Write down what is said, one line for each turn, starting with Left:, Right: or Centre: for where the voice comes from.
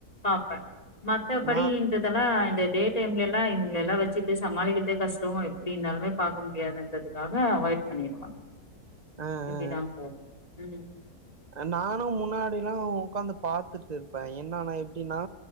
Left: பாப்பே மத்தபடின்றதெல்லா
Right: நான்
Left: இந்த டே டைம்ல எல்லா இங்கெல்லா வெச்சி வச்சிட்டு சமாளிக்கதே கஷ்டோ எப்படி இருந்தாலுமே பாக்க முடியாதுன்றதுக்காக அவாய்ட் பண்ணிருவ <inaudible>
Right: ஆ ஆ
Left: அப்படி தா போகும் ம்
Right: நானு முன்னாடி எல்லா உக்காந்து பாத்துட்டு இருப்பே என்னன்னா எப்படின்னா